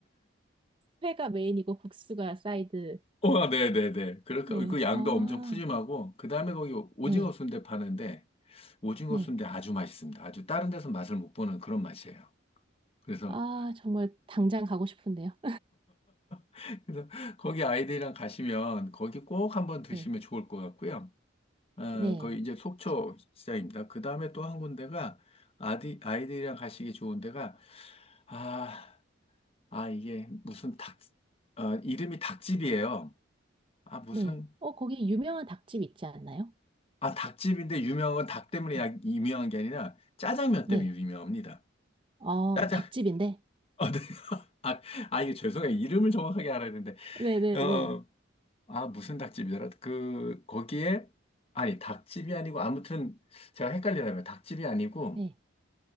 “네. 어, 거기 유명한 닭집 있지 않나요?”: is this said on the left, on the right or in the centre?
Right